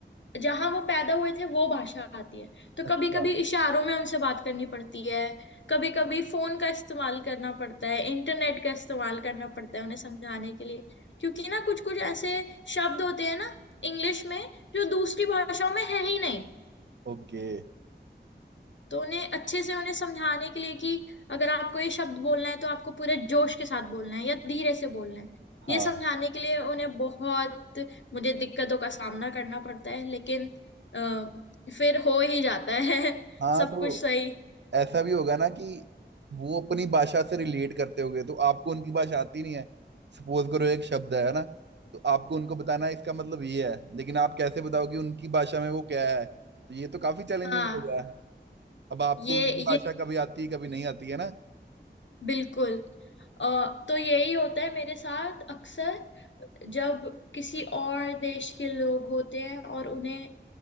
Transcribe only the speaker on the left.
जहां वो पैदा हुए थे वो भाषा आती है तो
कभी कभी इशारों में उनसे बात करनी पड़ती है कभी कभी फोन का इस्तेमाल करना पड़ता है इंटरनेट का इस्तेमाल करना पड़ता है उन्हें समझाने के लिए क्योंकि ना कुछ कुछ ऐसे शब्द होते हैं ना इंग्लिश में जो दूसरी भाषाओं में है ही नहीं
तो उन्हें अच्छे से उन्हें समझाने के लिए कि अगर आपको ये शब्द बोलना है तो आपको पूरे जोश के साथ बोलना है या धीरे से बोलना है
ये समझाने के लिए उन्हें बहुत मुझे दिक्कतों का सामना करना पड़ता है लेकिन आ, फिर हो ही जाता है <laughs>
सब
कुछ सही
हाँ
ये
ये
बिल्कुल अ, तो यही होता है मेरे साथ अक्सर जब किसी और देश के लोग होते हैं और उन्हें